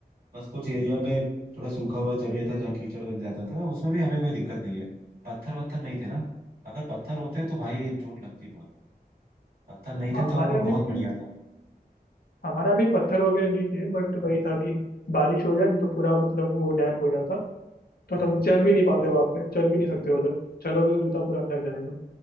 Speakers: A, on the right; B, on the left.
A: बस कुछ एरिया में थोड़ा सूखा हुआ जगह था जहाँ कीचड़ बन जाता था उसमें भी हमें कोई दिक्कत नहीं है पत्थर वत्थर नहीं थे ना अगर पत्थर होते तो भाई चोट लगती बहुत पत्थर नहीं थे
B: हाँ, हमारे
A: तो
B: अभी
A: बहुत
B: भी-
A: बढ़िया
B: कोई-
A: था
B: हमारा अभी पत्थर वगैरह नहीं थे बट वही था कि बारिश हो जाए न तो पूरा मतलब वो डैम्प हो जाता तो
A: हाँ
B: तुम चल भी नहीं पाते वहाँ पे चल भी नहीं सकते उधर चलोगे तो जूता पूरा अंदर जाएगा